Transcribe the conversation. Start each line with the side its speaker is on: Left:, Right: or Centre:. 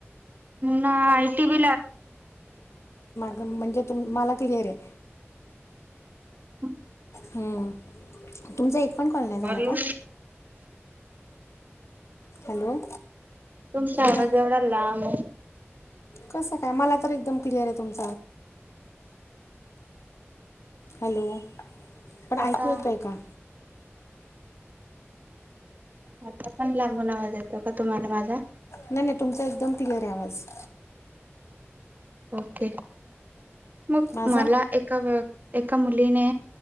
Right: ना आयटी बी
Left: म्हणजेु मला क्लिअर आहे
Right: ब
Left: हम्म. तुमचा एक पण कॉल नाही झाला
Right: मता
Left: का हॅलो
Right: तुमच्या आम
Left: हॅ
Right: जेवढा लांब
Left: कसं काय मला तर एकदम क्लियर आहे तुमच हॅलो पण
Right: आता
Left: ऐकू येतोय का
Right: आता पण लांब नावाज यातो का तुम्हाला माझा
Left: नाही नाही तुमचा एकदम क्लिअर आवाज
Right: ओके मग
Left: माझा
Right: मला एका एका मुलीने